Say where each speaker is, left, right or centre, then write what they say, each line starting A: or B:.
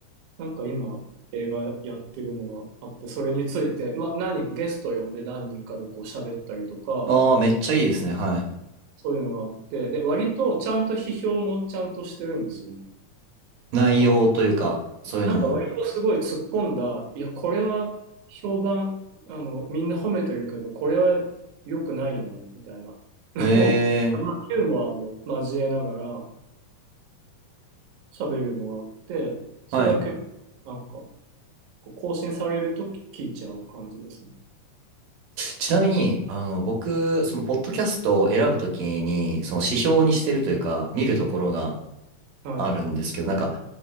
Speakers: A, on the right; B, on the right.
A: なんか今映画やってるのがあって、それについて、まあ何人かゲスト呼んで何人かでこう喋ったりとか、
B: うん。ああ、めっちゃいいですね。はい。
A: そういうのがあって、で、割とちゃんと批評もちゃんとしてるんですよね。
B: 内容というか、
A: あ
B: そういうのも。
A: なんか割とすごい突っ込んだ、いや、これは評判、あの、みんな褒めてるけど、これは良くないよね、みたいな
B: え
A: のを、
B: え、
A: まあ、ユーモアも交えながら喋るのがあって、それは結構、
B: はい。
A: なんか、こう更新されると聞いちゃう感じですね。
B: ちなみに、あの、僕、その、ポッドキャストを選ぶときに、その指標にしてるというか、見るところが
A: は
B: あるんですけど、なんか、